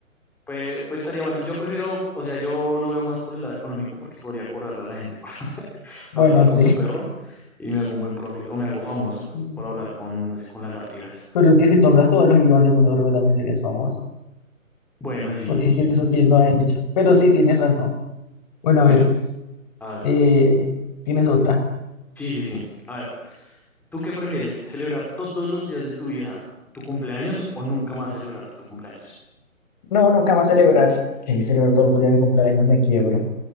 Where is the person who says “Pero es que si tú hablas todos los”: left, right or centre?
Left